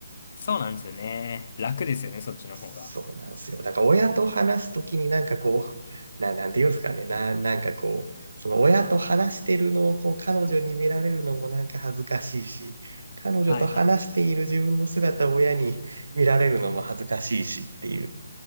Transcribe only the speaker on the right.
そうなんですよ。だから親と話すときになんかこう、な、なんていうんですかね、な、なんかこう、その親と話してるのをこう彼女に見られるのもなんか恥ずかしいし、彼女と話している自分の姿を親に見られるのも恥ずかしいしっていう、